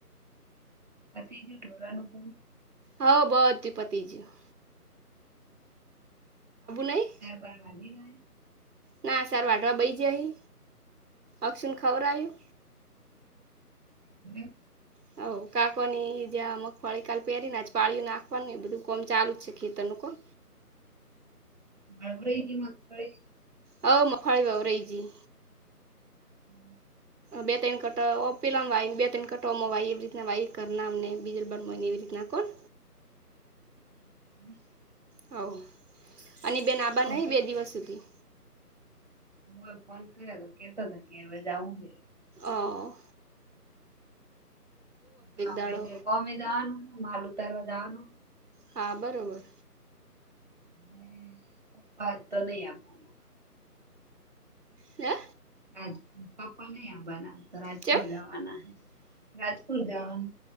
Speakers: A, on the right; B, on the right.
A: પતી ગયું ઢોવાનું પણ.
B: હ બધુ પતિ જીયુ. નઈ
A: હાર બાર માંજી <unintelligible>
B: ના સાર વાટવા બઈ જહી અક્ષુને ખવરાવ્યુ.
A: હમ.
B: હ કાકો ની જ્યાં મગફળી કાલ પહેરી ને પાળીયુ નાખવાનું બધું કોમ ચાલુ જ છે ખેતરનું કોમ.
A: બાબરેથી મગફળી <unintelligible>
B: હા મગફાળી વાવરઈ જઈ.
A: <unintelligible>
B: બે તઈન કટ ઓ પેલામાં વાય બે તણ કટોમ વાય એવી રીતના વાય કર ના ને બીજલ બય ને એવી રીતના કોણ
A: હ હ <inaudible>
B: હો અને બેન આબા
A: હવ
B: નહી બે દિવસ સુધી.
A: હું એ ફોન કર્યા તો કેતો હતા કે હવે જાઉં કે.
B: હા.
A: હા
B: દાડો
A: ભને કોમે જવાનું માલ ઉતારવા જવાનું
B: હા બરોબર.
A: ને પપ્પા તો નહી આપવાના.
B: હે.
A: રાજ પપ્પા નહી આવવાના તો રાજપુર
B: ચેમ
A: જવાના રાજપુર જવાના.